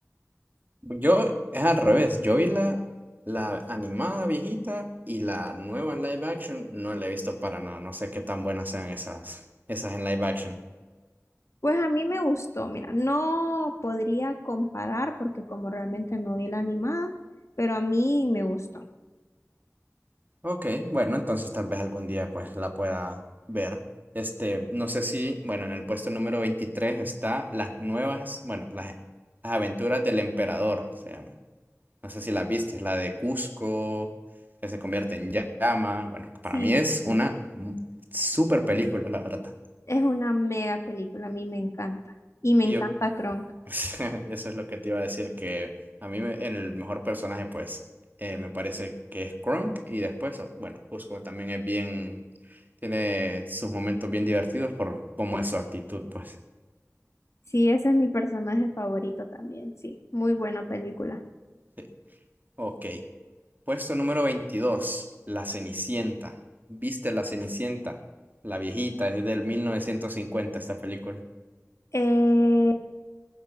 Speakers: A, on the right; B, on the left.
A: Yo es al revés, yo vi la, la animada viejita y la nueva live action no la he visto para nada, no sé qué tan buenas sean esas, esas en live action.
B: Pues a mí me gustó, mira, no podría comparar porque como realmente no vi la animada, pero a mí me gustó.
A: Ok, bueno, entonces tal vez algún día pues la pueda ver. Este, no sé si, bueno, en el puesto número 23 está las nuevas, bueno, las, las aventuras del emperador, se llama. No sé si la viste, es la de Cusco, que se convierte en llama. Bueno,
B: Sí,
A: para mí es
B: sí, sí.
A: una m- super película, la verdad.
B: Es una mega película, a mí me encanta. Y me
A: Y
B: encanta
A: yo
B: Kronk.
A: <laughs> Eso es lo que te iba a decir, que a mí me- el mejor personaje, pues, eh, me parece que es Krunk y después, o- bueno, Cusco también es bien, tiene sus momentos bien divertidos por cómo es su actitud, pues.
B: Sí, ese es mi personaje favorito también, sí. Muy buena película.
A: Sí. Ok, puesto número veintidós La Cenicienta. ¿Viste La Cenicienta? La viejita, es del 1950 esta película.
B: Eh,